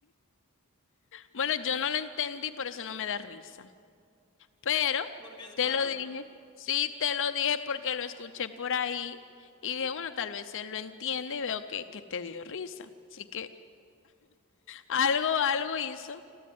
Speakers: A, on the left; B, on the left.
A: Bueno, yo no lo entendí, por eso no me da risa. Pero
B: Porque es
A: te
B: malo.
A: lo dije, sí te lo dije porque lo escuché por ahí y dije, bueno, tal vez él lo entiende y veo que, que te dio risa. Así que algo, algo hizo.